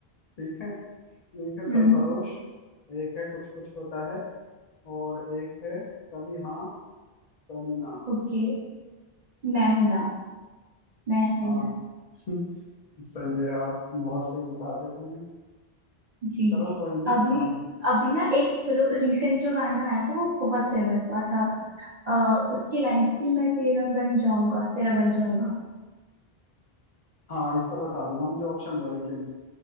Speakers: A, on the left (about 45°); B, on the right (about 55°).
A: ठीक है एक है सरफरोश
B: हम्म
A: एक है कुछ कुछ होता है और एक है कभी हाँ कभी ना
B: ओके मैं हूं ना मैं हूं
A: हाँ
B: ना
A: <laughs> सही है यार बहुत सही बता दिया तुमने
B: जी
A: चलो कोई नहीं
B: अभी
A: अभी
B: अभी ना एक चलो रिसेंट जो गाना आया था वो बहुत फेमस हुआ था अ, उसकी लाइंस थी मैं तेरा बन जाऊंगा तेरा बन जाऊंगा
A: हाँ इसका बता दूंगा मुझे ऑप्शन दो लेकिन